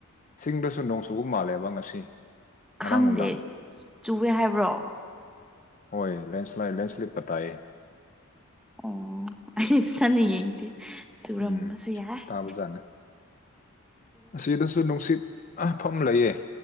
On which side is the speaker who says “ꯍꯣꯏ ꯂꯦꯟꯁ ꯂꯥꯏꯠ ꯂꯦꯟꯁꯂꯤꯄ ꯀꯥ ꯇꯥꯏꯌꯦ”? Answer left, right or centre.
Left